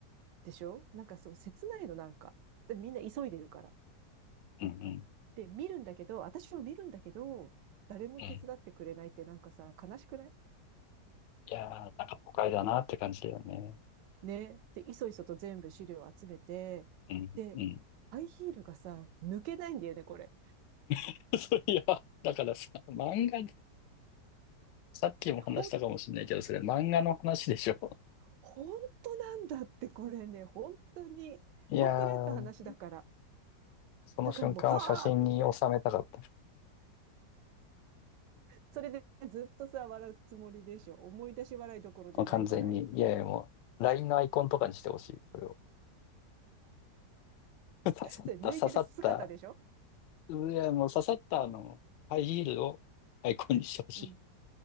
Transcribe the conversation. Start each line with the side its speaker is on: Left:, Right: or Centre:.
Right: でしょなんかそう、切ないの、なんか。で、みんな急いでるから。
Left: うんうん。
Right: で、見るんだけど、私を見るんだけど、誰も手伝ってくれないってなんかさ、
Left: うん。
Right: 悲しくない
Left: いやー、なんか都会だなって感じだよね。
Right: ね。で、いそいそと全部資料を集めて、
Left: うんうん。
Right: で、ハイヒールがさ、抜けないんだよね、これ。
Left: <laughs> そういや、だからさ、漫画、さっきも話したかもしれないけど、
Right: 本
Left: それ漫画の話でしょ。
Right: 本当なんだって、これね、本当に、
Left: いやー、
Right: 本当にあった話だから。
Left: その瞬間を写真に収めたかった。
Right: だからもう、はあみたいな。それでずっとさ、笑うつもりでしょ。思い出し笑いどころじゃない笑い。
Left: もう完全に。いやいや、もう、LINE のアイコンとかにしてほしい。それを。<laughs> 刺さった、
Right: それ抜いてる姿でしょ
Left: 刺さった。いや、もう刺さったあの、ハイヒールをアイコンにしてほしい。
Right: うん。